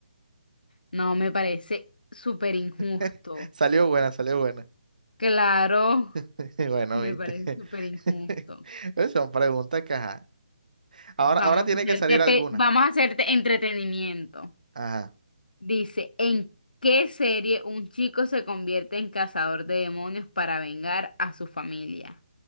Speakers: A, on the left; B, on the right.
A: no, me parece súper injusto.
B: <laughs> Salió buena, salió buena.
A: Claro,
B: <laughs> Bueno,
A: me
B: viste.
A: parece súper injusto.
B: <laughs> Pues Son preguntas que, ajá. Ahora,
A: Vamos
B: ahora tiene
A: a hacerte,
B: que salir alguna.
A: pe- vamos a hacerte entretenimiento.
B: Ajá.
A: Dice, ¿en qué serie un chico se convierte en cazador de demonios para vengar a su familia?